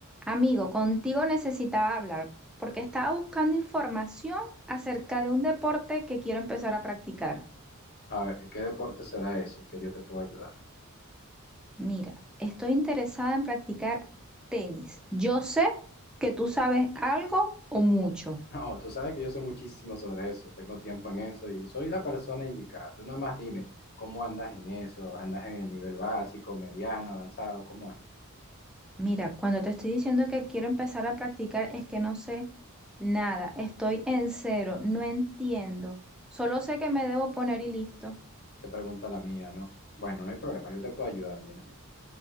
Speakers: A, in the centre; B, on the left (about 50°).
A: Amigo, contigo necesitaba hablar porque estaba buscando información acerca de un deporte que quiero empezar a practicar.
B: A ver, ¿qué deporte será ese que yo te puedo ayudar? <laughs>
A: Mira, estoy interesada en practicar tenis. Yo sé que tú sabes algo o mucho.
B: No, tú sabes que yo sé muchísimo sobre eso, tengo tiempo en eso y soy la persona indicada. Tú nada más dime, ¿cómo andas en eso? ¿Andas en el nivel básico, mediano, avanzado? ¿Cómo es?
A: Mira, cuando te estoy diciendo que quiero empezar a practicar es que no sé nada. Estoy en cero, no entiendo. Solo sé que me debo poner y listo.
B: Qué pregunta la mía, ¿no? Bueno, no hay problema, yo te puedo ayudar, mira, mira.